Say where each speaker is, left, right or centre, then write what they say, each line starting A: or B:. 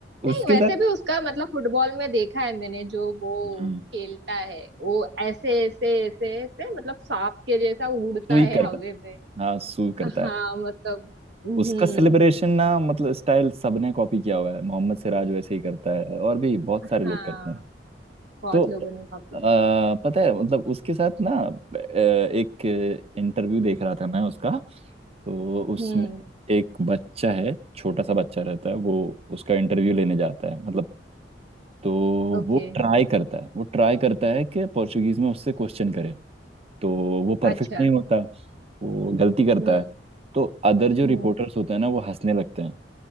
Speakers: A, on the right; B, on the right.
A: नहीं
B: उसके
A: वैसे
B: साथ
A: भी उसका मतलब फुटबॉल में देखा है मैंने जो वो
B: हम्म
A: खेलता है वो ऐसे ऐसे ऐसे ऐसे मतलब सांप के जैसा उड़ता
B: सुई
A: है
B: करता
A: हवे में
B: हाँ सू करता
A: हाँ
B: है
A: मतलब हम्म
B: उसका सेलिब्रेशन ना मतलब स्टाइल सबने कॉपी किया हुआ है मोहम्मद सिराज वैसे ही करता है और भी बहुत
A: हाँ
B: सारे लोग करते हैं
A: बहुत
B: तो
A: लोगों ने कॉपी
B: आ, पता है मतलब उसके साथ ना अ, एक इंटरव्यू देख रहा था मैं उसका तो उसमें
A: हम्म
B: एक बच्चा है छोटा सा बच्चा रहता है वो उसका इंटरव्यू लेने जाता है मतलब तो
A: ओके
B: वो ट्राई करता है वो ट्राई करता है कि पोर्चुगीज में उससे क्वेश्चन करे तो वो परफेक्ट
A: अच्छा
B: नहीं होता वो गलती करता
A: हम्म
B: है तो अदर जो
A: हम्म
B: रिपोर्टर्स होते हैं ना वो हंसने लगते हैं